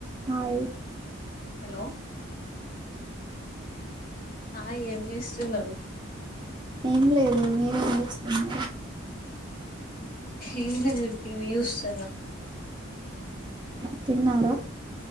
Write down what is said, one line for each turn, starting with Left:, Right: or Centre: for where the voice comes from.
Right: కాదు
Left: హలో ఆ ఏం చేస్తున్నారు
Right: ఏం లేదు మీరేం చేస్తున్నారు
Left: ఎం లేదు టివి చూస్తున్న
Right: తిన్నార